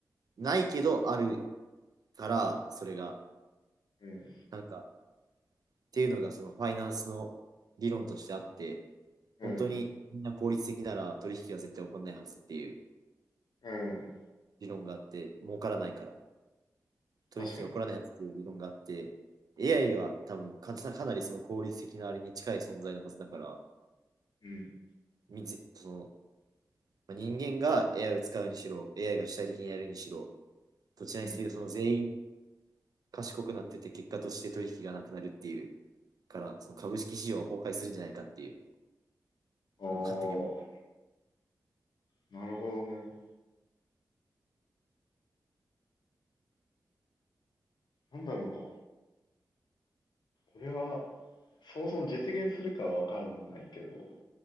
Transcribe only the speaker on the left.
うん。
うん。
うん。
確かにね。
うん。
うん。
ああ。
なるほどね。なんだろうな。俺は、そもそも実現するかはわかんないけど、